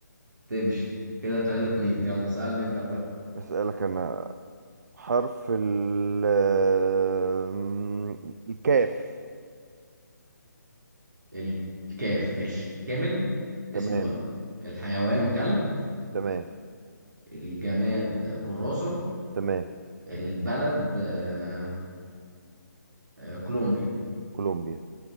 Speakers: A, on the right; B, on the right.
A: تمشي كده 3 2 يلا سألني انت بقى
B: اسألك انا حرف ال آم، الكاف
A: ال- الكاف ماشي كامل
B: تمام
A: اسم الولد الحيوان كلب
B: تمام
A: الجماد كراسة
B: تمام
A: البلد آه آه كولومبيا
B: كولومبيا